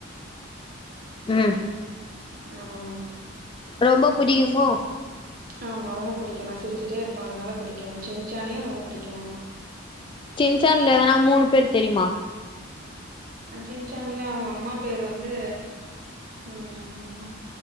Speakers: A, on the left; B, on the right.
A: ம்
B: ஆமாமா
A: ரொம்ப புடிக்குமோ
B: ஆமா ரொம்ப புடிக்கு நா சிரிச்சிட்டே இருப்பே அதுனால புடிக்கு சின்சானயு ரொம்ப புடிக்கு
A: சின்சான்ல எதனா மூணு பேர் தெரிமா
B: அ சின்சான்ல அவங்க அம்மா பேரு வந்து ம்